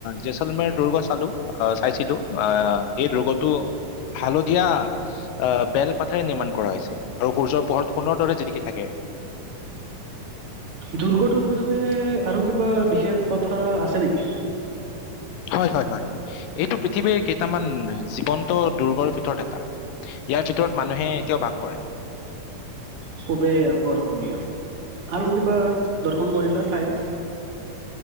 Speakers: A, on the left (about 80°); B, on the right (about 45°).
A: জেচলমাৰ দুৰ্গ চালো, আহ, চাইছিলো আহ এই দুৰ্গটো হালধীয়া। আহ, বেল পাতেৰে নিৰ্মাণ কৰা হৈছে আৰু সূৰ্যৰ পোহৰত সোণৰ দৰে জিলিকি থাকে।
B: দুৰ্গটোৰ বিষয়ে আৰু কিবা বিশেষ কথা আছে নেকি?
A: হয়, হয়, হয়, এইটো পৃথিৱীৰ কেইটামান জীৱন্ত দুৰ্গৰ ভিতৰত এটা। ইয়াৰ ভিতৰত, মানুহে এতিয়াও বাস কৰে।
B: খুবেই আকৰ্ষণীয় আৰু কিবা দৰ্শন কৰিলা ঠাই?